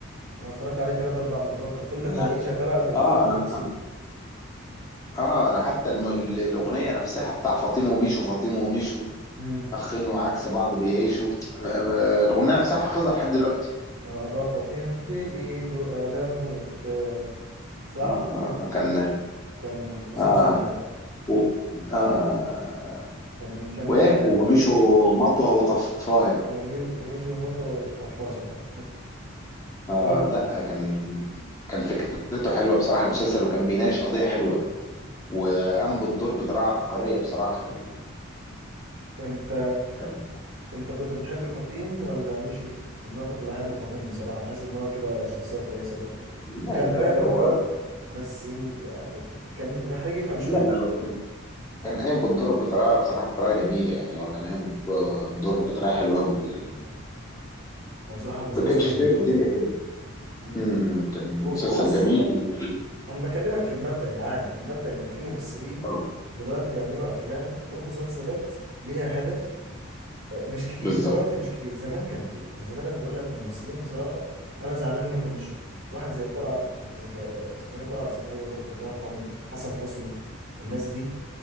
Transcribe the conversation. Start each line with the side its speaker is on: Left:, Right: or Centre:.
Right: انا اتفرجت عليه ثلاث اربع مرات انا كل لما
Left: انا
Right: الاقيه شغال على التلفزيون
Left: اه
Right: كنت
Left: انا
Right: بسيبه
Left: أنا- اه انا حتى الم... ال- الاغنيه نفسها بتاع فاطمه وميشو فاطمه وميشو
Right: امم
Left: اخين وعكس بعض بيعيشوا آه، آه، الاغنيه نفسها حافظها لحد دلوقتي
Right: الله فطين في ايده قلم وكتاب صح
Left: آه آه، كان
Right: كان مسلسل
Left: اه
Right: جامد
Left: و... اه
Right: كان كان
Left: وايه
Right: آه،
Left: وميشو مطوه وطفايه
Right: ومي- ومشي ومطه طفاشه
Left: اه
Right: قال
Left: لا كان كان فكرته حلوه بصراحه المسلسل وكان بيناقش قضيه حلوه وقام بالدور بطريقه عبقريه بصراحه يعني
Right: انت
Left: كان
Right: انت كنت بتحب فطين ولا ميشو لأن انا كنت بحب فطين بصراحه بحس ان هو كده شخصيه كويسه برضه
Left: لا
Right: غلبانه
Left: لا هو
Right: اه بس م- يعني كان محتاج يفهم شويه
Left: لا لا هو كان كان قايم بالدور بطريقه بصراحه بطريقه جميله يعني هو كان قايم بالدور بطريقه حلوه قوي يعني
Right: بصراحه المسلسل
Left: ما كانش
Right: كان
Left: سايب
Right: تحفه
Left: الدنيا كده
Right: مم.
Left: امم كان
Right: و- ووصل
Left: مسلسل جميل
Right: لك
Left: و-
Right: انا بكلمك في المبدأ العام المبدأ ان في ممثلين
Left: اه
Right: دلوقتي بيعملوا افلام ومسلسلات ليها هدف آه، مش كتير
Left: بالظبط
Right: دلوقتي مش كتير زمان كان فيه يعني زمان انا بقول لك الممثلين بصراحة انا زعلان ان هم مشوا واحد زي طلعت زك... اسمه ايه طلعت زكريا برضو الله يرحمه حسن حسني والناس دي